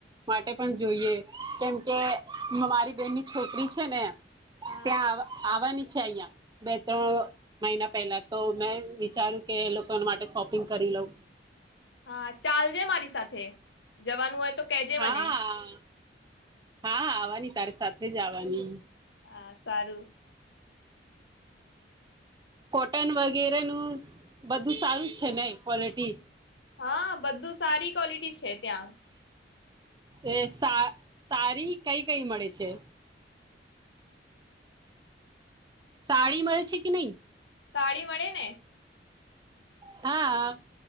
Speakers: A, on the right; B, on the left.
A: માટે પણ જોઈએ કેમકે મ મારી બેહેનની છોકરી છે ને
B: હા.
A: ત્યાં આવ આવવાની છે અહીંયા બે ત્રણ મહિના પહેલા તો મેં વિચાર્યું કે એ લોકોન માટે શોપિંગ કરી લઉં.
B: હા, ચાલજે મારી સાથે. જવાનું હોય તો કેજે
A: હા
B: મને.
A: હા આવાની તારી સાથે જ આવાની.
B: આ સારું.
A: કોટન વગેરેનું બધું સારું છે ને ક્વોલિટી?
B: હા બધું સારી ક્વોલિટી છે. ત્યાં
A: એ સા સારી કઈ કઈ મળે છે? સાડી મળે છે કે નહીં?
B: સાડી મળે ને.
A: હા.